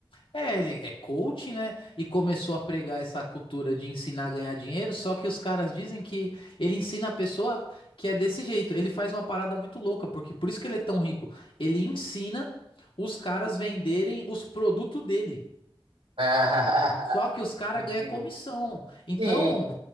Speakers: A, on the left; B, on the right.
A: É, ele é coach, né? E começou a pregar essa cultura de ensinar a ganhar dinheiro. Só que os caras dizem que ele ensina a pessoa que é desse jeito. Ele faz uma parada muito louca, porque por isso que ele é tão rico. Ele ensina os caras venderem os produtos dele.
B: Ah,
A: Só que
B: <laughs>
A: os caras
B: entendi.
A: ganham comissão. Então,
B: Sim,